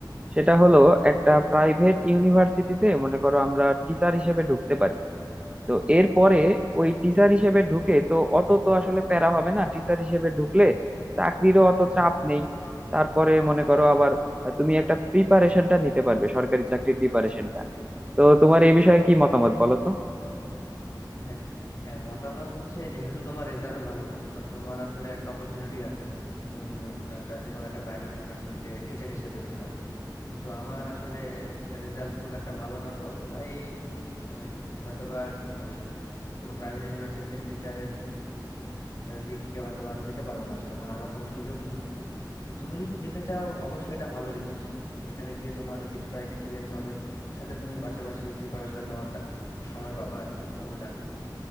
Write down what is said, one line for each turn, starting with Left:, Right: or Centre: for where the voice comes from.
Right: সেটা হলো একটা প্রাইভেট ইউনিভার্সিটিতে মনে করো আমরা টিচার হিসেবে ঢুকতে পারি তো এরপরে ওই টিচার হিসেবে ঢুকে তো অত তো আসলে প্যারা হবে না টিচার হিসেবে ঢুকলে চাকরিরও অত চাপ নেই তারপরে মনে করো আবার আহ, তুমি একটা প্রিপারেশনটা নিতে পারবে সরকারি চাকরির প্রিপারেশনটা তো তোমার এই বিষয়ে কি মতামত বলো তো
Left: হ্যাঁ হ্যাঁ মতামত হচ্ছে যেহেতু তোমার রেজাল্ট ভালো তো তোমার আসলে একটা অপরচুনিটি আছে তুমি আহ, একটা যে কোনো একটা প্রাইভেট ইউনিভার্সিটিতে টিচার হিসেবে ঢুকার কিন্তু আমার আসলে রেজাল্ট খুব একটা ভালো না তো তাই মানে হয়তোবা ওই কোনো প্রাইভেট ইউনিভার্সিটিতে টিচারের দিকে হয়তোবা আমি যেতে পারবো না আসলে মানে আমার কোনো সুযোগ নেই তো তুমি যদি যেতে চাও অবশ্যই এটা ভালো জিনিস ওখানে গিয়ে তোমার কিছুটা এক্সপিরিয়েন্স হবে সাথে তুমি পাশাপাশি প্রিপারেশন নেওয়ার টা- সময় পাবা আর কি অন্য চাকরি